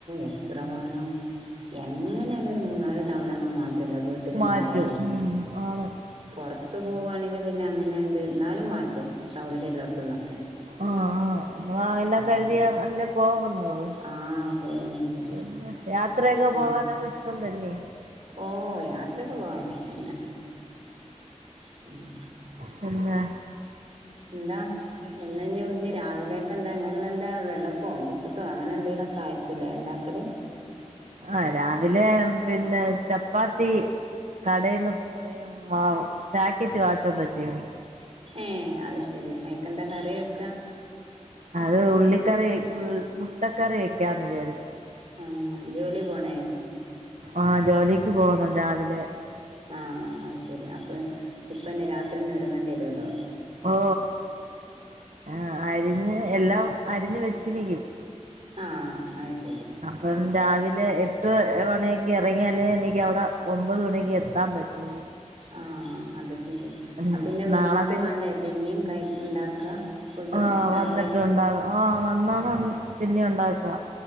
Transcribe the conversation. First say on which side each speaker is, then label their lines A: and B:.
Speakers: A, on the right; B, on the right.
A: എത്ര വേണം എങ്ങനെലും ഒരു മൂന്നാല് തവണ നമ്മള് മാറ്റ- പറ്റല്ല വീട്ടില
B: മാറ്റും
A: ഇണ്ടായാലും
B: ഉം ആണ്
A: പൊറത്ത് പോവുവാണെങ്കിൽ പിന്നെ അങ്ങനെയാണ്ട് - എന്നാലും മാറ്റും സൗകര്യം ഇല്ലായിടത്തുംന്ന്
B: ആഹ ആഹ് നമ്മ എല്ലാം കരുതിയ
A: അതാണ്
B: അല്ലേ പോവുന്നത്
A: ആഹ് പോകുന്നുള്ളൂ
B: പിന്നെ യാത്രയൊക്കെ
A: ഉം
B: പോവാനൊക്കെ ഇഷ്ടം തന്നെ
A: ഓ യാത്രൊക്കെ പോവാൻ ഇഷ്ടന്നെ പിന്നെ
B: പിന്നെ
A: എന്താ ഇന്ന് ഞ്ഞ് രാവിലെയൊക്കെ എന്താ ങ്ങക്ക് ന്ന് എന്താ വെള്ളപ്പമോ നൂൽപ്പെിട്ടോ അങ്ങനെ എന്തെേങ്കിലുമൊക്കെ ആയിരിക്കുംല്ലേ ഇണ്ടാക്കൽ
B: ആ രാവിലെ പിന്നെ ചപ്പാത്തി കടേന്ന് മാവ് പായ്ക്കറ്റ് വാങ്ങിച്ചോണ് വച്ചേക്കും
A: ഏ ആത് ശരി അയിക്കെന്താ കറി വെക്ക
B: അത് ഉള്ളിക്കറി ഉ മുട്ടക്കറി ഒക്കാന്ന് വിചാരിച്ചു
A: ആ ജോലി പോണെ
B: ആ ജോലി ക്ക് പോണം രാവിലെ
A: ആ അത് ശരി അപ്പൊ ഇപ്പന്നെ രാത്രി ന്നെ ഒരുങ്ങേണ്ടി വരുമല്ലോ
B: ഓ ആ അരിഞ്ഞ് എല്ലാം അരിഞ്ഞ് വെച്ചിരിക്കും
A: ആഹ് അത്ശ
B: അപ്പം രാവിലെ എ എട്ട് മണിയൊക്കെ ഇറങ്ങിയാലേ എനിക്ക് അവിടെ ഒമ്പത് മണിക്ക് എത്താൻ പറ്റുള്ളൂ
A: ആഹ് അത് ശരി
B: ഉം
A: ആ പിന്നെ വന്നിട്ട്
B: നാളെ പിന്നെ
A: വാണ്ടേ പിന്നേം കൈ ഉണ്ടാക്ക ഫുഡ്
B: ആഹ്
A: രാത്രിയൊക്കെ
B: വന്നിട്ട് ഉണ്ടാക ആഹ് വന്നാണ് പിന്നെ ഉണ്ടാക്കുക